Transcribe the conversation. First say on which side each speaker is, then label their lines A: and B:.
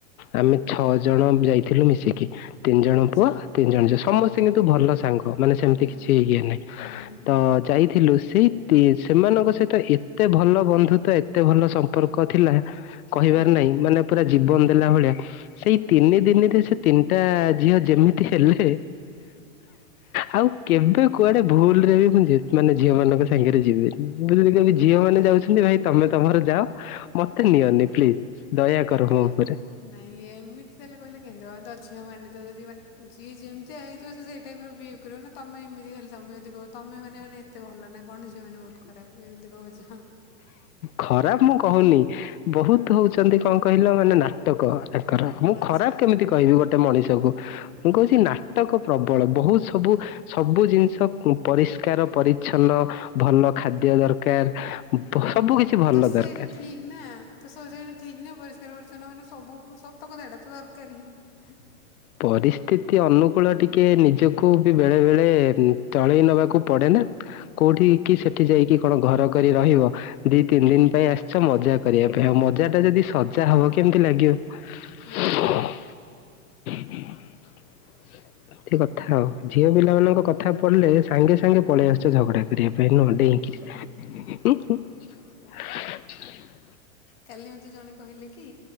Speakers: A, on the left (about 85°); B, on the left (about 40°).
A: ଆମେ ଛଅ ଜଣ ଯାଇଥିଲୁ ମିଶିକି। ତିନି ଜଣ
B: ଆଚ୍ଛା
A: ପୁଅ ତିନି ଜଣ ଝିଅ ସମସ୍ତେ କିନ୍ତୁ ଭଲ ସାଙ୍ଗ। ମାନେ ସେମିତି
B: ହୁଁ
A: କିଛି
B: ହୁଁ
A: ଇଏ ନାଇଁ
B: ହୁଁ ହୁଁ
A: ତ ଯାଇଥିଲୁ। ସେ ତି ସେମାନଙ୍କ ସହିତ ଏତେ ଭଲ ବନ୍ଧୁତ ଏତେ ଭଲ ସମ୍ପର୍କ ଥିଲା। କହିବାର
B: ହୁଁ
A: ନାହିଁ ମାନେ ପୁରା
B: ହୁଁ
A: ଜୀବନ ଦେଲା ଭଳିଆ ସେଇ
B: ହୁଁ
A: ତିନି ଦିନିରେ ସେ ତିନିଟା ଝିଅ ଯେମିତି ହେଲେ ଆଉ କେବେ କୁଆଡେ ଭୁଲ ରେ ବି ମୁଁ ଯେ ମାନେ ଝିଅ ମାନଙ୍କ ସାଙ୍ଗରେ ଯିବିନି ବୁଝିଲେ କେବେ
B: ଏ ଭଗବାନ
A: ଝିଅ ମାନେ ଯାଉଚ। ଭାଇ ତମେ ତମର ଯାଅ ମତେ ନିଅନି ପ୍ଲିଜ ଦୟା କର ମୋ ଉପରେ
B: ନାଇଁ ଏମିତି ତାହେଲେ କହିଲେ କେହିତି ଝିଅ ମାନେ ତ ଯଦି ମାନେ ଯିଏ ଯେମିତିଆ ହେଇଥିବ। ସେଇ ଟାଇପ ର ବେହେଭ କରିବା ନା ତମେ ଏମିତି ଖାଲି ତମେ ଯଦି କହ ତମେ ମାନେ ମାନେ ଏତେ ଭଲ ନା କ'ଣ ଝିଅମାନେ ବହୁତ ଖରାପ ଏମିତି କହୁଛ।
A: ଖରାପ ମୁଁ କହୁନି ବହୁତ
B: ହଁ
A: ହଉଛନ୍ତି। କ'ଣ କହିଲ ମାନେ ନା ନାଟକ ତାଙ୍କର ମୁଁ
B: ଆଚ୍ଛା।
A: ଖରାପ କେମିତି କହିବି ଗୋଟେ ମଣିଷକୁ
B: ହୁଁ,
A: ମୁଁ
B: ହୁଁ,
A: କହୁଛି ନା ନାଟକ ପ୍ରବଳ ବହୁତ ସବୁ ସବୁ ଜିନିଷ ପରିଷ୍କାର ପରିଚ୍ଛନ୍ନ ଭଲ ଖାଦ୍ୟ ଦରକାର।
B: ହଁ।
A: ସବୁ କିଛି ଭଲ
B: ତ ସେଇଟା
A: ଦରକାର।
B: ଠିକ୍ ନା ତ ସବୁ ଜାଗାରେ ଠିକ ନା ପରିକାର ପରିଚ୍ଛନ୍ନ ମାନେ ସବୁ ସତ କଥା ଏଇଟା ତ ଦରକାର ହିଁ।
A: ପରିସ୍ଥିତି ଅନୁକୂଳ ଟିକେ ନିଜକୁ ବି ବେଳେ ବେଳେ ଚଳେଇ ନବାକୁ ପଡ଼େ ନା। କୋଉଠି
B: ହଁ,
A: କି ସେଠି ଯାଇକି କ'ଣ ଘର କରି ରହିବ? ଦି ତିନି ଦିନ ପାଇଁ ଆସିଛ ମଜା କରିବା ପାଇଁ ଆଉ ମଜା ଟା ଯଦି ସଜା
B: ହଁ,
A: ହବ କେମତି ଲାଗିବ।
B: ହଁ।
A: <unintelligible> <unintelligible> ଏମିତି କଥା ଆଉ ଝିଅ ପିଲାମାନାନଙ୍କ କଥା ପଢିଲେ ସାଙ୍ଗେ ସାଙ୍ଗେ ପଳେଇ ଆସୁଛେ ଝଗଡା କରିବା ପାଇଁ ନୁହଁ। ଡେଇଁକିରି
B: ହ
A: <unintelligible> <unintelligible>
B: କାଲି ମୋତେ ଜଣେ କହିଲେ କି